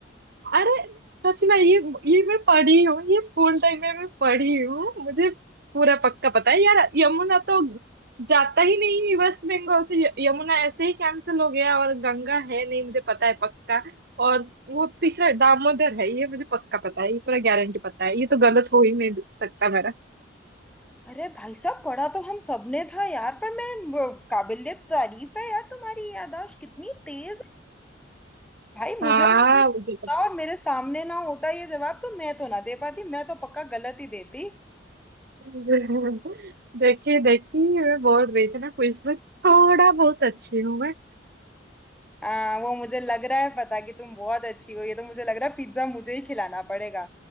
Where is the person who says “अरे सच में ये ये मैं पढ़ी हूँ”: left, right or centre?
Right